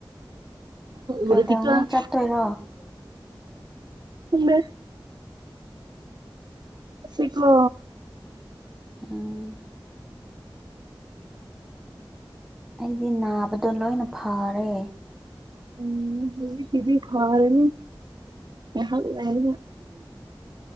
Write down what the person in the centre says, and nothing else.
ꯀꯩꯗꯧꯉꯩ
ꯆꯠꯇꯣꯏꯔꯣ
ꯎꯝ ꯑꯩꯗꯤ ꯅꯥꯕꯗꯣ ꯂꯣꯏꯅ ꯐꯔꯦ